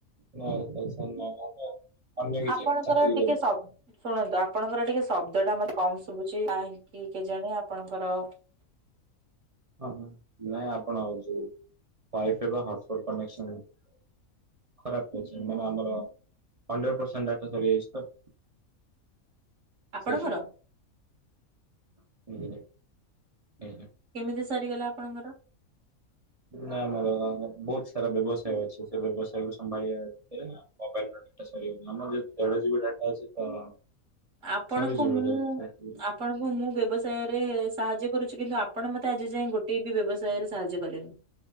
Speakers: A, on the right; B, on the right.
A: ନାଇଁ ପ ଇସା ନାଇଁ <unintelligible> ଅନ୍ୟ କିଛି
B: ଆପଣଙ୍କର
A: ଏକ ଚାକିରି
B: ଟିକେ
A: କରୁଛୁ।
B: ଶବ୍ ଶୁଣନ୍ତୁ ଆପଣଙ୍କ ର ଟିକେ ଶବ୍ଦ ଟା ମତେ କମ ଶୁଭୁଛି କାହିଁକି କେ ଜାଣି ଆପଣଙ୍କ ର।
A: ହଁ ନାଇଁ ଆପଣ ଯୋଉ ୱାଇ ଫାଇ ରୁ ବା ହଟ ସ୍ପଟ କନେକ୍ସନ ହେଇଛି। ଖରାପ ଅଛି ମାନେ ଆମର ହଣ୍ଡ୍ରେଡ ପରସେଣ୍ଟ ଡାଟା ସରିଜାଇଛି ତ।
B: ଆପଣଙ୍କର
A: ସେଇଥି ପାଇଁ ବୁଝିଲେ। ଆଜ୍ଞା।
B: କେମିତି ସରିଗଲା ଆପଣଙ୍କର।
A: ନା ଆମର ବହୁତ ସାରା ବ୍ୟବସାୟ ଅଛି ସେ ବ୍ୟବସାୟ କୁ ସମ୍ଭାଳିବା ଭିତରେ ନା। ମୋବାଇଲ ର ଡାଟା ସରିଗଲା ଆମର ଯେହେତୁ ଦେଢ ଜିବି ଡାଟା ଅଛି ତ।
B: ଆପଣଙ୍କୁ
A: ସରିଯିବ
B: ମୁଁ।
A: ଜଲଦି।
B: ଆପଣଙ୍କୁ ମୁଁ ବ୍ୟବସାୟରେ ସାହାଯ୍ୟ କରୁଛି କିନ୍ତୁ ଆପଣ ମତେ ଆଜି ଯାଏଁ ଗୋ ଟେ ବି ବ୍ୟବସାୟରେ ସାହାଯ୍ୟ କଲେନି।